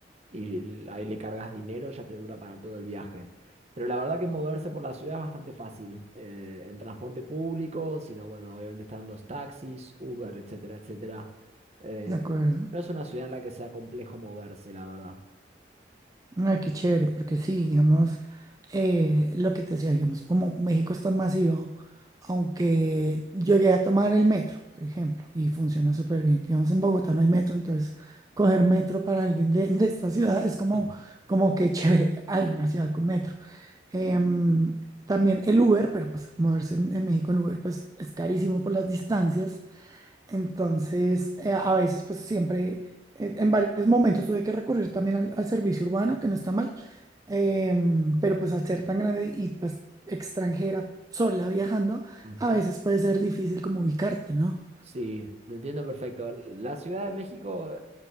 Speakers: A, on the right; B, on the right.
A: y ahí le cargas dinero, ya te dura para todo el viaje. Pero la verdad que moverse por la ciudad es bastante fácil. eh, en transporte público, sino, bueno, obviamente están los taxis, Uber, etcétera, etcétera. Eh,
B: de acuerdo.
A: no es una ciudad en la que sea complejo moverse, la verdad.
B: Ay, qué chévere, porque sí, digamos, eh, lo que te decía, digamos, como México es tan masivo, aunque llegué a tomar el metro, por ejemplo, y funciona súper bien. Digamos, en Bogotá no hay metro, entonces coger metro para alguien de, de esta ciudad es como,
A: Mm,
B: como que chévere, hay una ciudad con metro. Em, también el Uber, pero pues moverse en, en México en Uber, pues es carísimo por las distancias. Entonces, eh, a veces, pues siempre, eh, en varios momentos tuve que recurrir también al, al servicio urbano, que no está mal, em, pero pues al ser tan grande y pues extranjera, sola viajando,
A: ujú.
B: a veces puede ser difícil como ubicarte, ¿no?
A: Sí, te entiendo perfecto. La Ciudad de México,